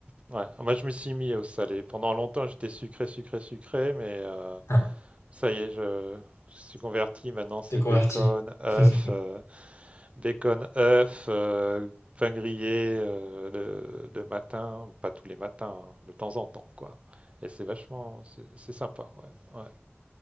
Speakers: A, on the right; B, on the left.
A: Ouais. Moi, je me suis mis au salé. Pendant longtemps, j'étais sucré, sucré, sucré, mais euh,
B: <laughs>
A: ça y est, je, je suis converti. Maintenant, c'est
B: t'es converti.
A: bacon, œuf,
B: <laughs>
A: euh, bacon, œuf, euh, pain grillé euh, le, le matin, pas tous les matins, hein, de temps en temps, quoi. Et c'est vachement, c'est c'est sympa, ouais. ouais.